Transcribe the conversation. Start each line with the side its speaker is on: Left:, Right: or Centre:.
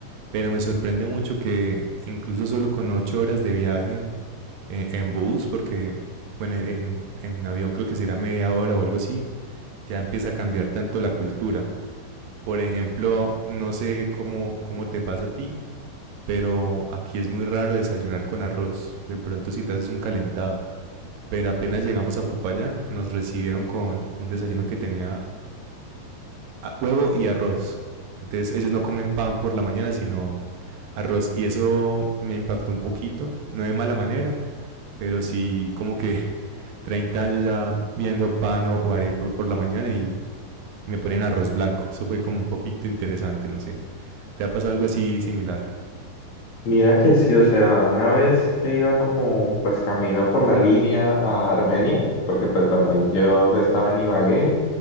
Right: Pero me sorprende mucho que incluso solo con ocho horas de viaje eh, en bus, porque bueno, en, en avión creo que será media hora o algo así, ya empieza a cambiar tanto la cultura. Por ejemplo, no sé cómo, cómo te pasa a ti, pero aquí es muy raro desayunar con arroz. De pronto si te haces un calentado pero apenas llegamos a Popayán nos recibieron con un desayuno que tenía huevo y arroz. Entonces ellos no comen pan por la mañana, sino arroz. Y eso me impactó un poquito, no de mala manera, pero sí como que <laughs> 30 años ya viendo pan o, o arepa por la mañana y me ponen arroz blanco. Eso fue como un poquito interesante, no sé. ¿Te ha pasado algo así similar?
Left: Mira que sí, o sea, una vez que iba como pues camino por la línea a Armenia, porque pues bueno, y- yo estaba en Ibagué,